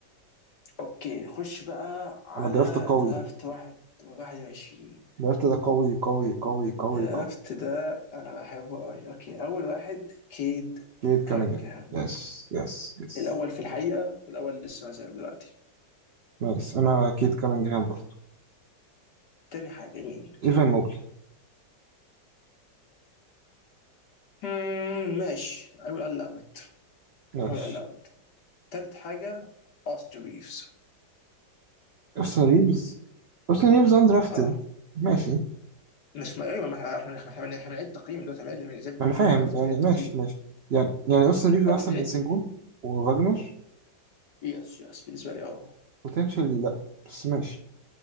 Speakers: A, on the left (about 65°); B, on the right (about 80°).
A: اوكي نخش بقى على
B: انا درافت قوي
A: درافت واحد 21
B: درافت ده قوي قوي قوي قوي
A: درافت
B: قوي
A: ده انا بحبه قوي اوكي اول واحد كيد
B: كيت كانينجهام
A: كانينغهام
B: يس يس يس
A: الأول في الحقيقة والأول لسه ما زال دلوقتي
B: نايس انا كيت كانينجهام برضه
A: تاني حاجة مين؟
B: ايفان موبلي
A: مم، ماشي I will allow it
B: ماشي
A: I will allow it تالت حاجة أوستر ريفز
B: اوستن ريفز اوستن ريفز اندرافتد
A: اه
B: ماشي
A: مش ما ايوه ما احنا احنا احنا احنا إحنا بنعيد تقييم دلوقتي احنا بنعيد- زي ما
B: ما
A: كنا
B: انا
A: بنعيد
B: فاهم
A: بقى في
B: يعني
A: تقييم التقييم
B: ماشي ماشي يعني يعني اصلا ريفيو
A: او
B: احسن
A: مش بنعيد
B: من سنجون وفاجنر
A: يس يس بالنسبة لي اه
B: بوتنشالي لا بس ماشي